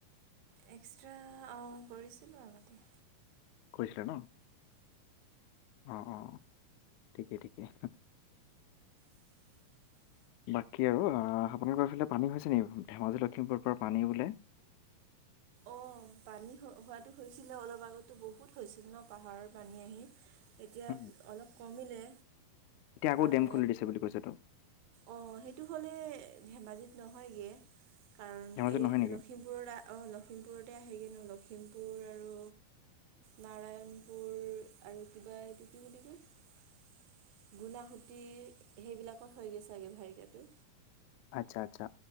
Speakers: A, on the right (about 70°); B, on the left (about 85°).
A: এক্সট্ৰা অ কৰিছিলোঁ আগতে
B: কৈছিলা ন অ অঁ ঠিকেই ঠিকেই
A: <inaudible>
B: বাকী আৰু আপোনালোকৰ এইফালে পানী হৈছে নিে ধেমাজি লখিমপুৰৰ পৰা পানী বোলে
A: অঁ পানী হোৱাটো হৈছিলে অলপ আগতো বহুত হৈছিল ন পাহাৰৰ পানী আহি এতিয়া
B: উম,
A: অলপ কমিলে
B: এতিয়া আকৌ
A: আৰু
B: ডেম খুলি দিছে বুলি কৈছে তো
A: অঁ সেইটো হ'লে ধেমাজিত নহয়গৈ কাৰণ
B: ধেমাজিত
A: এই
B: নহয় নেকি
A: লখিমপুৰ লখিমপুৰত অঁ লখিমপুৰতে আহেগৈ নো লখিমপুৰ আৰু নাৰায়ণপুৰ আৰু কিবা এইটো কি বুলি কয় গুণাসুতি সেইবিলাকত হৈ গৈ চাগে ভাৰিকটো
B: আচ্ছা আচ্ছা